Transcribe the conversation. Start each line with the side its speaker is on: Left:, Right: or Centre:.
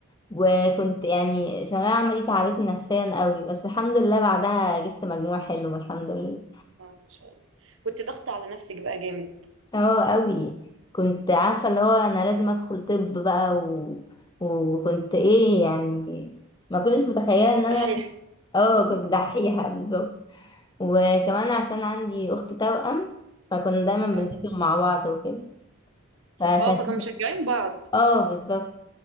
Left: وكنت يعني ثانوية عامة دي تعبتني نفسيا قوي بس الحمد لله بعدها جبت مجموع حلو الحمد لله
Right: اه ما شاء الله كنت ضغط على نفسك بقى جامد
Left: اه قوي كنت عارفة اللي هو انا لازم ادخل طب بقى و... وكنت ايه يعني ما كنتش متخيلة ان انا
Right: دحيح
Left: اه كنت دحيحة بالظبط وكمان عشان عندي اخت توأم فكنا دايما بنذاكر
Right: اه
Left: مع بعض وكده فكانت
Right: اه فكانوا مشجعين بعض
Left: اه بالظبط